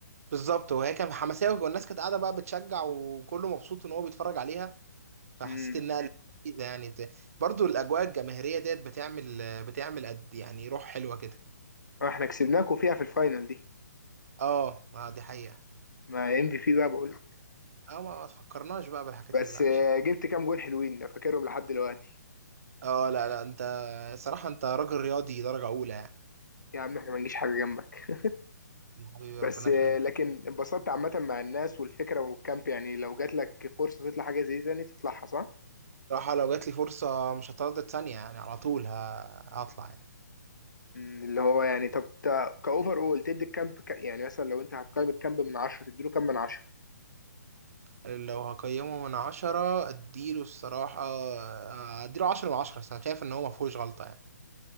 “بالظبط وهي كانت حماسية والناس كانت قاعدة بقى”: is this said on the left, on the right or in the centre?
Right